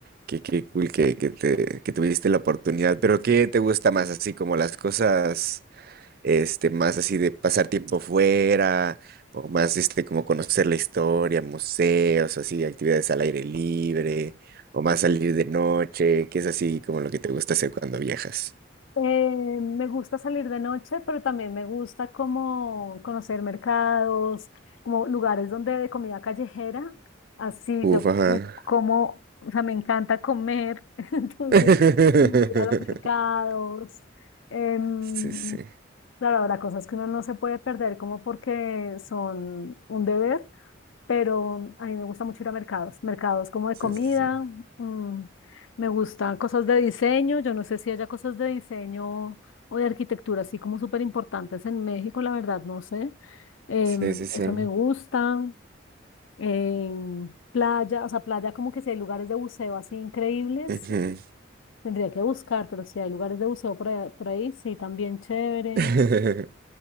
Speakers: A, on the right; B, on the left.
A: Qué, qué cool que, que te, que tuviste la oportunidad, pero ¿qué te gusta más? Así como las cosas, este, más así de pasar tiempo fuera, o más este, como conocer la historia, museos, así, actividades al aire libre, o más salir de noche, qué es así como lo que te gusta hacer cuando viajas.
B: Eh, me gusta salir de noche, pero también me gusta como conocer mercados, como lugares donde de comida callejera. Así
A: Uf,
B: yo
A: ajá.
B: me como, o sea, me encanta comer, <laughs> entonces
A: <laughs>
B: como ir a los mercados. em,
A: Sí, sí,
B: Claro, habrá cosas que uno no se puede perder como porque son un deber, pero a mí me gusta mucho ir a mercados, mercados como de
A: sí,
B: comida,
A: sí,
B: mm, me gustan cosas de diseño, yo no sé si haya cosas de diseño o de arquitectura así como súper importantes en México, la verdad, no sé. Em,
A: sí, sí, sí, sí.
B: eso me gusta. em, playa, o sea, playa como que si hay lugares de buceo así increíbles,
A: Ujú.
B: tendría que buscar, pero si hay lugares de buceo por ahí, por ahí sí, también chévere.
A: <laughs>